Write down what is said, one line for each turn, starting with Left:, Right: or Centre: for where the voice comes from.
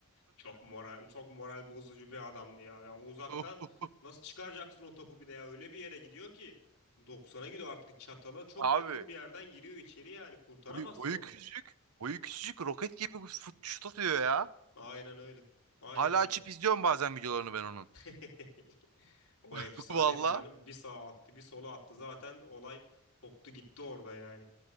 Left: Çok moral çok moral bozucu bir adamdı ya. Ya uzaktan
Right: <laughs>
Left: nasıl çıkaracaksın o topu bir de ya öyle bir yere gidiyor ki 90'a gidiyor artık çatala çok
Right: Abi
Left: yakın bir yerden giriyor içeri yani kurtaramazsın
Right: boyu, boyu
Left: onu.
Right: küçücük. Boyu küçücük roket gibi fut- şut atıyor ya.
Left: Aynen öyle. Aynen
Right: Hala
Left: öyle.
Right: açıp izliyorum bazen videolarını ben onun.
Left: <laughs> O
Right: <laughs>
Left: efsaneydi
Right: Valla.
Left: canım. Bir sağa attı, bir sola attı. Zaten olay koptu gitti orada yani.